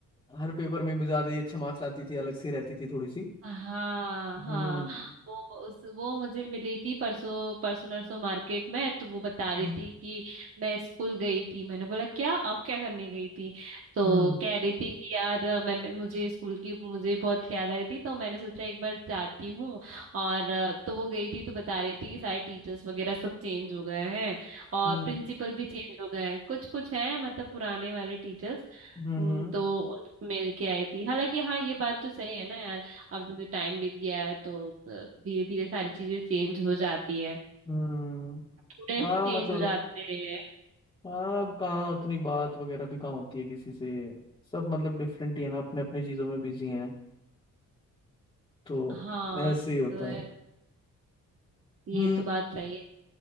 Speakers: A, on the left; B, on the right.
A: हर पेपर में भी ज्यादा ही अच्छे मार्क्स लाती थी अलग सी रहती थी थोड़ी सी
B: हाँ
A: हम्म
B: हाँ वो उस वो मुझे मिली थी परसों परसों नरसों मार्केट में तो वो बता रही
A: हम्म
B: थी कि मैं स्कूल गई थी मैंने बोला क्या आप क्या करने गई थी तो
A: हम्म
B: कह रही थी कि यार मैंने मुझे स्कूल की मुझे बहुत याद आ रही थी तो मैंने सोचा एक बार जाती हूँ और अ, तो वो गई थी तो बता रही थी कि सारे टीचर्स वगैरह सब चेंज हो गए हैं और
A: हम्म
B: प्रिंसिपल भी चेंज हो गए हैं कुछ कुछ हैं मतलब पुराने वाले टीचर्स
A: हम्म,
B: हम्म, तो उन- मिल के आई थी हालांकि हाँ ये बात तो सही है ना यार अब जैसे टाइम बीत गया है तो धीरे धीरे सारी चीजें चेंज हो जाती है
A: हम्म।
B: स्टूडेंट्स
A: हाँ
B: चेंज
A: मतलब
B: हो जाते हैं
A: हाँ अब कहाँ उतनी बात वगैरह भी कहाँ होती है किसी से सब मतलब डिफरेंट ही है ना अपने अपने चीजों में बिजी हैं तो
B: हाँ
A: ऐसे
B: ये
A: ही होता
B: तो है
A: है
B: ये
A: हम्म
B: तो बात सही है